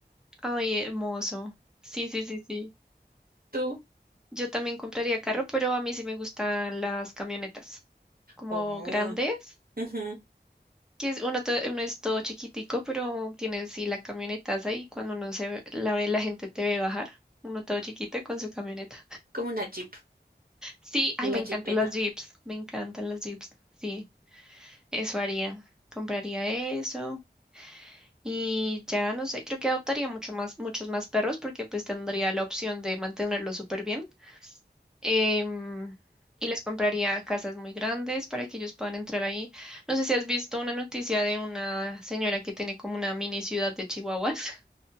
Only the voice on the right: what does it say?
¿Tú?
Oh,
ujú,
como una Jeep,
la
Jeepeta.